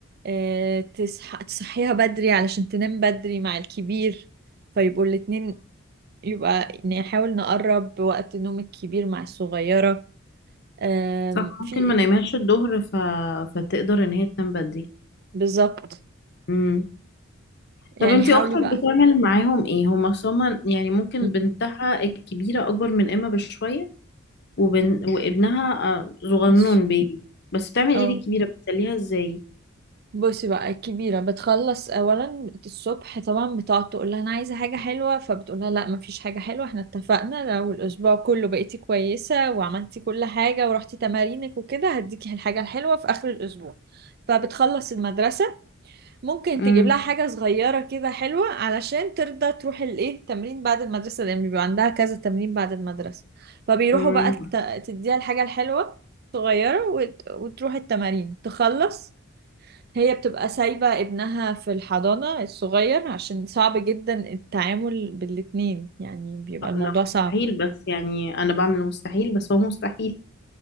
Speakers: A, on the right; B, on the left.
A: آه تصح... تصحيها بدري علشان تنام بدري مع الكبير فيبقوا الاتنين يبقى يعني نحاول نقرب وقت نوم الكبير مع الصغيرة آم،
B: صح
A: في
B: ممكن ما نايمهاش الظهر ف... فتقدر ان هي تنام بدري
A: بالظبط
B: امم
A: يعني
B: طب انتي
A: حاولي
B: اختك
A: بقى
B: بتعمل معاهم ايه هما صما يعني ممكن
A: مم.
B: بنتها الكبيره اكبر من اما بشويه وبن... وابنها آه، صغنون
A: ماشي
B: بيبي بس بتعمل
A: اه
B: ايه دي الكبيره بتسليها ازاي
A: بصي بقى الكبيرة بتخلص أولا الصبح طبعا بتقعد تقول لها أنا عايزة حاجة حلوة فبتقول لها لا مفيش حاجة حلوة احنا اتفقنا لو الأسبوع كله بقيتي كويسة وعملتي كل حاجة ورحتي تمارينك وكده هديكي الحاجة الحلوة في آخر الأسبوع فبتخلص المدرسة ممكن
B: امم
A: تجيب لها حاجة صغيرة كده حلوة علشان ترضى تروح الايه التمرين بعد المدرسة لأن بيبقى عندها كذا تمرين بعد المدرسة فبيروحوا
B: امم
A: بقى تت- تديها الحاجة الحلوة صغيرة وت- وتروح التمارين تخلص هي بتبقى سايبة ابنها في الحضانة الصغير عشان صعب جدا التعامل بالاتنين يعني بيبقى الموضوع
B: لا
A: صعب
B: مستحيل بس يعني انا بعمل المستحيل بس هو مستحيل